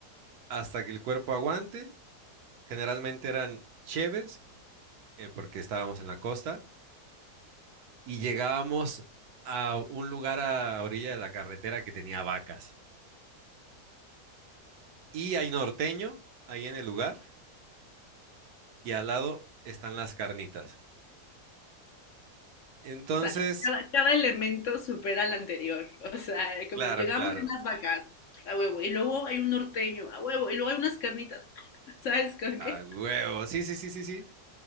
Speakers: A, on the right; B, on the left.
A: hasta que el cuerpo aguante Generalmente eran cheves, eh, porque estábamos en la costa, y llegábamos a un lugar a orilla de la carretera que tenía vacas. Y hay norteño ahí en el lugar, y al lado están las carnitas. Entonces,
B: sea, cada, cada elemento supera al anterior. O sea, como
A: claro,
B: llegamos
A: claro,
B: de unas vacas, a huevo, y luego hay un norteño, a huevo, y luego hay unas carnitas, <laughs> ¿sabes con
A: a
B: qué?
A: huevo, sí, sí, sí, sí, sí.